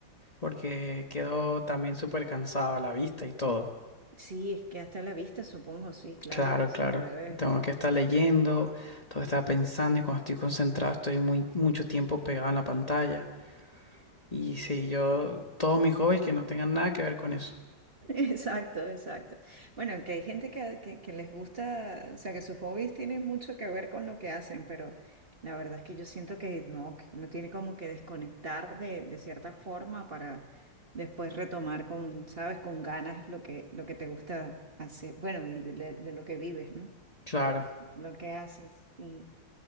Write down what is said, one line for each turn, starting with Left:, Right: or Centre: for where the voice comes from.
Left: porque quedo también súper cansado a la vista y todo.
Right: Sí, es que hasta la vista, supongo, sí, claro
Left: Claro,
Right: que se
Left: claro.
Right: te debe.
Left: Tengo que estar leyendo, tengo que estar pensando y cuando estoy concentrado estoy muy mucho tiempo pegado en la pantalla. Y sí, yo todos mis hobbies que no tengan nada que ver con eso.
Right: Exacto, exacto. Bueno, aunque hay gente que, que- que les gusta, o sea, que sus hobbies tienen mucho que ver con lo que hacen, pero la verdad es que yo siento que no, que uno tiene como que desconectar de, de cierta forma para después retomar con, sabes, con ganas lo que, lo que te gusta hacer, bueno, y de, de- de lo que vives, ¿no?
Left: Claro.
Right: Lo que haces, sí.